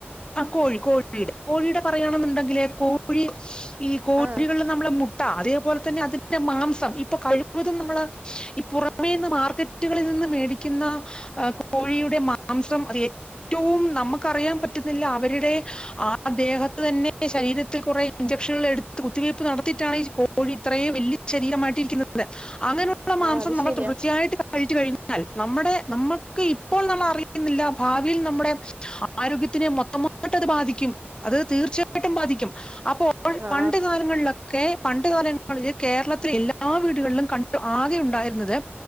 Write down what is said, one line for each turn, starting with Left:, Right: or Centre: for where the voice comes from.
Left: ആ കോഴി കോഴിയുടെ കോഴിയുടെ പറയണെന്നുണ്ടെങ്കില്േ കോഴി ഈ കോഴികളിൽ
Right: ആ
Left: നമ്മള് മുട്ട അത അപോലെ തന്നെ അതിന്റെ മാംസം ഇപ്പൊ കഴിവതും നമ്മള് ഈ പുറമേന്ന് മാർക്കറ്റ് ുകളിൽ നിന്ന് മേടിക്കുന്ന കോഴിയുടെ മാംസം അ ഏറ്റവും നമുക്ക്റിയാൻ പറ്റ അവരുടെ ആദ്ദേഹത്ത് തന്നെ ശരീരത്തിൽ കുറെ ഇഞ്ചക്ഷനുക എടുത്ത് കുത്തിവയ്പ് നടത്തി കോഴി ഇത്രയും വലിയ ശരീരമായിട്ടിരിക്കുന്നത് അങ്ങനെയുള്ള
Right: ആ
Left: മാംസം
Right: അത്
Left: നമ്മൾ
Right: ശരിയാ
Left: തുടർച്ചയായിട്ട് ഴൽ നമ്മ നമ്മക്ക് ഇപ്പോൾ നമ്മൾറിയുന്നില്ല ഭാവിയിൽ നമ്മുടെ ആരോഗ്യ തിനെ മൊത്തട്ട്ത് ബാധിക്കും അത് തീർച്ചയായിട്ടും ബാധിക്കും അപ്പോൾ
Right: ആ
Left: പണ്ട് കാലങ്ങളില ക്കെ പണ്ട് കാലങ്ങളില് കേരളത്തിലെ എല്ലാ വീടുകളിലും കണ്ടു ആകെ ഉണ്ടായിരുന്നത്